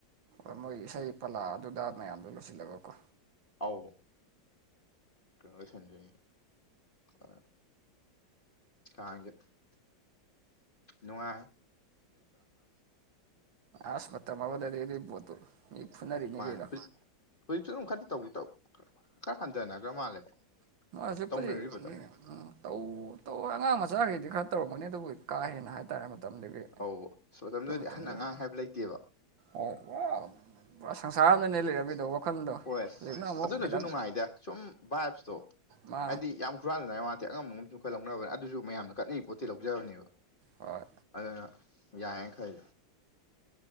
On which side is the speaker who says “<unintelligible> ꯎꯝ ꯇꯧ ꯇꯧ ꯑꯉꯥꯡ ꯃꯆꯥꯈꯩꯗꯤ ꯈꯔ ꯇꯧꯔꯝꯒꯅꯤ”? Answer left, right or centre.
Right